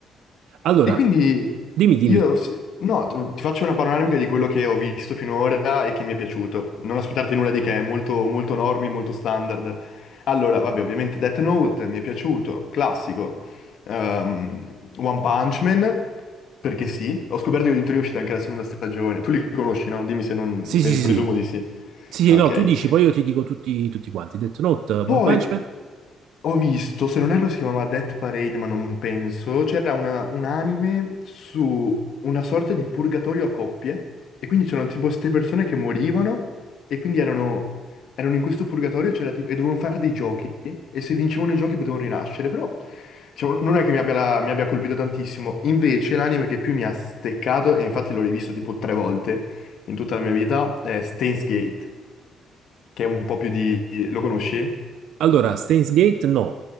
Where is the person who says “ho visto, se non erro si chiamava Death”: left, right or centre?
Left